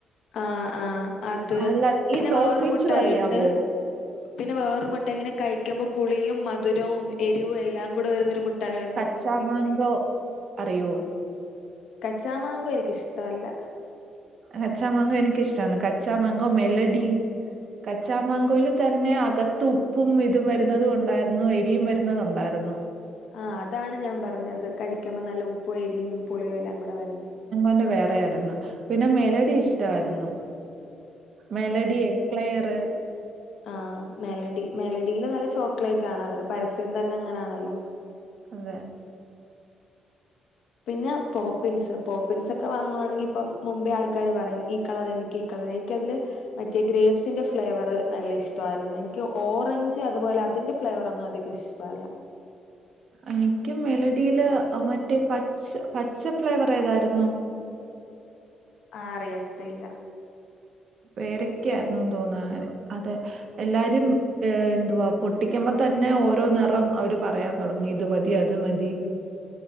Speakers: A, on the left (about 70°); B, on the right (about 55°).
A: ആഹ് ആഹ് അത്
B: അല്ല
A: പിന്നെ
B: ഈ ടോഫിച്ചു
A: വേറ മുഠായി
B: അറിയാവോ
A: ഉണ്ട് പിന്നെ വേറൊരു മുട്ടയി ഇങ്ങനെ കഴിക്കുമ്പോ പുളിയും മധുരവും എരിവും എല്ലാം കൂടെ വരുന്നരു മു ഠായി ഉണ്ടായിരുന്നല്ല
B: കച്ചാമാങ്കോ
A: അനക്കപ്പ
B: അറിയോ
A: കച്ചാമാങ്കോ എനക്ക് ഇഷ്ടമല്ല
B: കച്ചാമംഗോ എനിക്കിഷ്ടമാണ് കച്ചാമംഗോ മെലഡി കച്ചാമാങ്കോലൽ തന്നെ അകത്ത് ഉപ്പും ഇതും വരുന്നുന്നതും ഉണ്ടായിരുന്നു എരിയും വരുന്നതു ഉണ്ടായിരുന്നു
A: ആഹ് അതാണ് ഞാൻ പറഞ്ഞത് കടിക്കുമ്പോ നല്ല ഉപ്പു അരിയും പുളിയും എല്ലാം കൂടെ വരുന്ന
B: അണ്ട് വേറെ ആയിരുന്നു പിന്നെ മെലഡി ഇഷ്ടമായിരുന്നു മെലഡി യക്ലെയറ്
A: ആഹ് മെലഡി മെലഡിയില് നല്ല ചോക്ലേറ്റ് ആണ് അതില് പരസ്യം തന്നെ അങ്ങനെണല്ലോ
B: അതെ
A: പിന്നെ പോപ്പിൻസ് പോപ്പിൻസ് ഒക്കെ വാങ്ങുവാണെങ്കിൽ ഇപ്പം മുമ്പേ ആൾക്കാര് പറയും ഈ കളർ എനിക്ക് ഈ കളർ എനിക്ക് അതില് മറ്റേ ഗ്രേപ്സിന്റെ ഫ്ലേവർ നല്ല ഇഷ്ടമായിരുന്നു എനിക്ക് ഓറഞ്ച് അതുപോലെ അതിന്റെ ഫ്ലേവറ ഒന്നും അധികം ഇഷ്ട ഇഷ്ടല്ലാ
B: എനിക്ക് മെലഡിയില് മറ്റേ പച്ച പച്ച ഫ്ലേവർ ഏതാരുന്നു
A: ആഹ് അറിയാത്തില്ല
B: പേരെക്ക ആയിരുന്നുന്ന് തോന്നാണ് അത എല്ലാരും എന്തുവാ പൊട്ടിക്കുമ്പോ തന്നെ ഓരോ നേറം അവര് പറയാൻ തുടങ്ങി ഇത് മതി അത് മതി